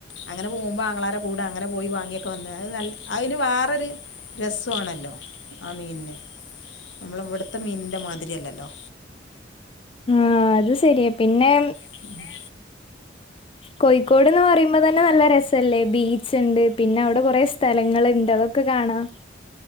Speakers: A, on the left; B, on the left.
A: അങ്ങനെ പോവ്മ്പെ ആങ്ങളരെകൂടെ അങ്ങനെ പോയി വാങ്ങിയൊക്കെ വന്ന് അത് നൽ അയിന് വേറൊരു. രസ്സു ആണല്ലോ ആ മീൻന്. നമ്മളവ്ട്ത്തെ മീനിൻ്റെ മാതിരിയല്ലല്ലോ.
B: ആ അത് സെരിയാ പിന്നെ.
A: പിന്നെ.
B: കോഴിക്കോട്ന്ന് പറിം. ള്ള തന്നെ നല്ല രസല്ലേ. ബീച്ച്ണ്ട്, പിന്നെ അവ്ടെ കൊറേ സ്ഥലങ്ങള്ണ്ട്, അതൊക്കെ കാണാം.